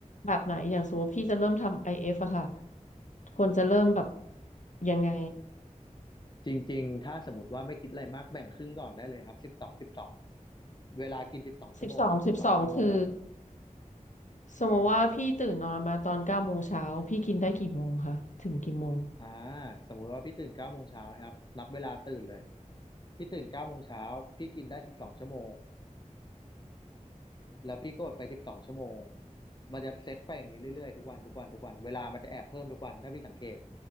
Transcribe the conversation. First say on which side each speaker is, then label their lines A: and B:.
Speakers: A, on the left; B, on the left.
A: แบบไหนอย่างสมมติพี่จะเริ่มทำ IF อเอฟอะค่ะควรจะเริ่มแบบยังไง
B: จริงๆถ้าสมมติว่าไม่คิดอะไรมากแบ่งครึ่งก่อนได้เลยครับสิบสองสิบสองเวลากินสิบสองชั่วโมงอดสิบสองชั่วโมง
A: สิบสองสิบสองคือสมมติว่าพี่ตื่นนอนมาตอนเก้าโมงเช้าพี่กินได้กี่โมงคะถึงกี่โมง
B: อ่าสมมุติว่าพี่ตื่นเก้าโมงเช้าครับนับเวลาตื่นเลยพี่ตื่นเก้าโมงเช้าพี่กินได้สิบสองชั่วโมง แล้วพี่ก็อดไปสิบสองชั่วโมง มันจะเซตไปอย่างนี้เรื่อยๆ ทุกวัน ทุกวัน ทุกวัน เวลามันจะแอบเพิ่มทุกวัน ถ้าพี่สังเกต